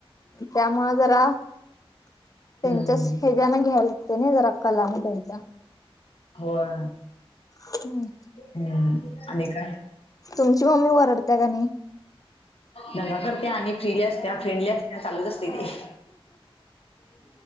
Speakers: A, on the left; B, on the left.
A: त्यामुळ जरा त्यांच्याच
B: हम्म
A: हे ना घ्यायला लागतय ना जरा कलान त्यांच्या.
B: होय
A: हम्म
B: हम्म आणि काय?
A: तुमची मम्मी वरडते का नाही?
B: दंगा करत्या आणि फ्रीली असत्या, फ्रेंडली असत्या. चालूच असतंय ते.